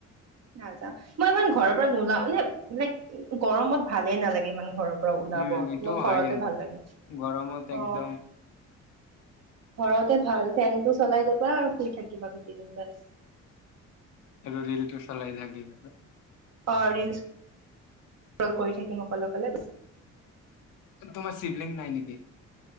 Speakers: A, on the right (about 60°); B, on the left (about 85°).
A: নাযাওঁ মই ইমান ঘৰৰ পৰা নোলাও মানে লাইক গৰমত ভালে নালাগে ইমান ঘৰৰ পৰা ওলাব
B: উম এইটোও
A: মোৰ ঘৰতে
B: হয় কিন্তু
A: ভাল লাগে
B: গৰমত একদম
A: অ ঘৰতে ভাল ফেনটো চলাই দবা আৰু শুই থাকিবা গোটেই দিন বাছ
B: এ এইতি <unintelligible> চলাই হ্লন
A: পাৰ কৰি থাকিম কল কলে
B: তোমাৰ শিবলিং নাই নেকি